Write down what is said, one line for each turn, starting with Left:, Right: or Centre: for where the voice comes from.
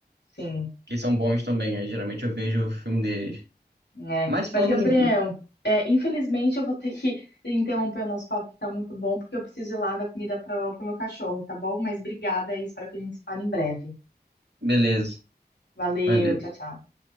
Left: sim.
Right: Que são bons também. Aí, geralmente eu vejo o filme deles.
Left: É.
Right: Mas falando
Left: Mas, Gabriel,
Right: em.
Left: é, infelizmente eu vou ter que <laughs> interromper o nosso papo, que tá muito bom, porque eu preciso ir lá dar comida para o meu cachorro, tá bom? Mas obrigada aí, espero que a gente se fale em breve.
Right: Beleza.
Left: Valeu,
Right: Valeu.
Left: tchau, tchau.